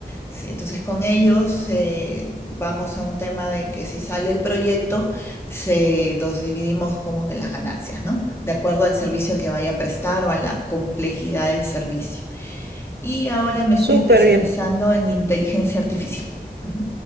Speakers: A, on the left; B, on the right.
A: Sí, entonces con ellos eh, vamos a un tema de que si sale el proyecto, se, nos dividimos como que las ganancias, ¿no? De acuerdo al servicio que vaya a prestar o a la complejidad del servicio. Y ahora
B: <laughs>
A: me estoy
B: Súper
A: especializando
B: bien.
A: en inteligencia artificial. Ujú,